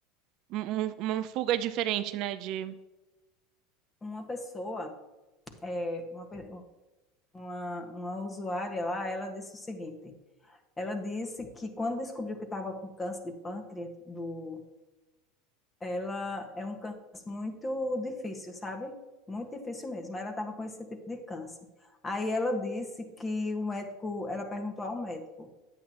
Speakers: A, on the right; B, on the left.
A: um- um- uma fuga diferente, né? De,
B: uma pessoa, é, uma, pe- uma, uma usuária lá, ela disse o seguinte: ela disse que quando descobriu que estava com câncer de pâncreas, do, ela é um câncer muito difícil, sabe? Muito difícil mesmo. Ela estava com esse tipo de câncer. Aí ela disse que o médico, ela perguntou ao médico.